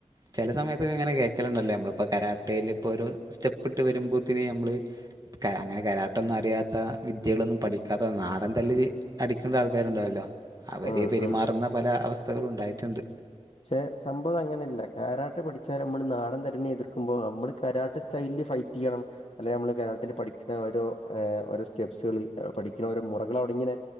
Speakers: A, on the right (about 35°); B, on the left (about 55°).
A: ചെലെസമയത്തൊക്കെങ്ങനെ കേക്കലുണ്ടല്ലോനമ്മള്പ്പോ കരാട്ടേല് ഇപ്പൊരു സ്റ്റെപ്പ്ഇട്ട് വരുമ്പോത്തിന് നമ്മള് കര അങ്ങനെകരാട്ടൊന്നും അറിയാത്തവിദ്യകളൊന്നും പഠിക്കാത്ത നാടൻതല്ലില് അടിക്ക്ണ്ടആൾക്കാരുണ്ടാവല്ലോ അവരെപെരുമാറുന്ന
B: ഉം ഉം
A: പലഅവസ്ഥകളുംഉണ്ടായിട്ടുണ്ട്
B: ക്ഷെ സംഭവംഅതങ്ങനെയല്ല കാരാട്ടപഠിച്ചാല്മ്മള് നാടൻതരിനെ എതിർക്കുമ്പോ നമ്മള്കരാട്ടസ് സ്റ്റൈല്ല് ഫൈറ്റ്യ്യണം അല്ലെഅമ്മള് കാരാട്ടന്റെപഠിക്ക്ണഓരോ ഏ ഓരോസ്റ്റെപ്സള് പഠിക്ക്ണഓരോ മുറകളവിടങ്ങനെ